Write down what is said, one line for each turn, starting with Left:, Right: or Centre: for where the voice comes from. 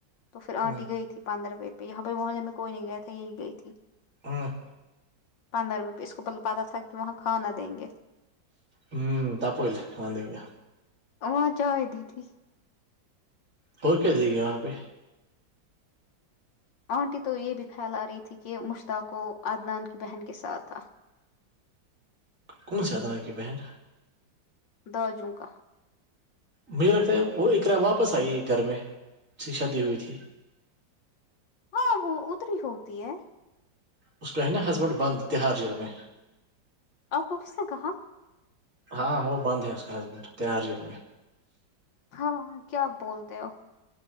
Left: تو پھر
Right: ہ
Left: آنٹی گئی تھی پندر روے پہ یہاں پہ محلے میں کوئی نہیں گیا تھا یہی گئی تھی
Right: ہاں
Left: پندرہ روپئے ا اس کو پ پتہ تھا کہ وہاں کانا دیں گے
Right: ہوں تپل ہم دیک گ <unintelligible>
Left: ااں چ آئے دی تھی <unintelligible>
Right: ہو کیا دے گے وہاں پہ
Left: آنٹی تو یہ بھی پھیل رہی تھی کہ مشتاقو عدنان کی بہن کے ساتھ تھا
Right: کون سا ادرح کی بہن
Left: درجوں کا
Right: مجھے لگتا ہے وہ ایک را واپس آئی گھر میں اس کی شادی ہوئی تھی
Left: ہاں وہ اتری ہوتی ہے
Right: اس کا ہے نا ہسبینڈ بند تہار جیل میں
Left: آپ کو کس نے کہا
Right: ہاں وہ بند ہے اس کا ہٹ ت ہار جیل میں
Left: ہاں کیاپ بولتے ہو